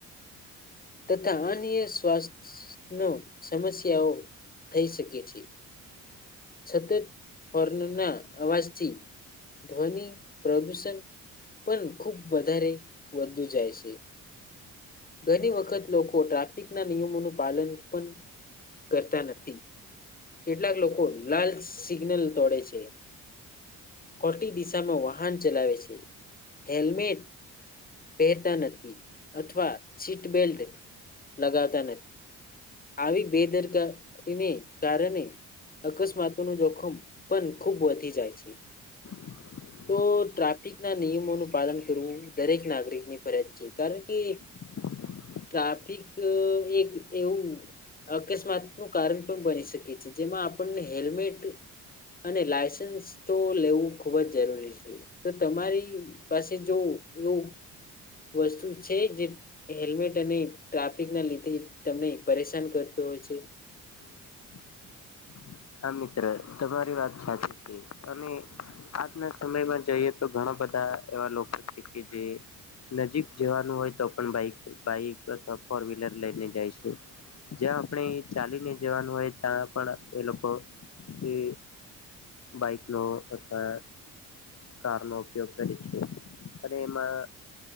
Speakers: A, on the left (about 25°); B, on the left (about 45°).
A: તથા અન્ય સ્વાસ્થ્ય નું સમસ્યાઓ. થઈ શકે છે. સતત હોર્નના અવાજથી. ધ્વનિ પ્રદુષણ. પણ ખુબ વધારે વધુ જાય છે. ઘણી વખત લોકો ટ્રાફિક ના નિયમોનું પાલન પણ. કરતા નથી કેટલાક લોકો લાલ સિગ્નલ તોડે છે. ખોટી દિશામાં વાહન ચલાવે છે હેલ્મેટ. પહેરતા નથી અથવા સીટ બેલ્ટ લગાવતા નથી. આવી બેદરકારીને કારણે. અકસ્માતો નું જોખમ પણ ખૂબ વધી જાય છે.
B: <inaudible>
A: તો ટ્રાફિક ના નિયમોનું પાલન કરવું દરેક નાગરિકની ફરજ છે કારણ કે
B: <inaudible>
A: ટ્રાફિક એ એક એવું અકસ્માત નું કારણ પણ બની શકે છે જેમાં આપણને હેલ્મેટ. અને લાયસન્સ તો લેવું ખુબ જ જરૂરી છે તો તમારી પાસે જો એવું વસ્તુ છે જે હેલ્મેટ અને ટ્રાફિક ના લીધે તમને પરેશાન કરતુ હોય છે.
B: <inaudible> હા મિત્ર તમારી વાત સાચી છે અને આજના સમયમાં જઈએ તો ઘણા બધા એવા લોકો છે કે જે નજીક જવાનું હોય તો પણ બાઈક બાઈક અથવા ફોર વ્હીલર લઈને જાય છે. જ્યાં આપડે ચાલીને જવાનું હોય ત્યાં પણ. એ લોકો એ બાઈક નો અથવા કારનો ઉપયોગ કરી છે અને એમાં.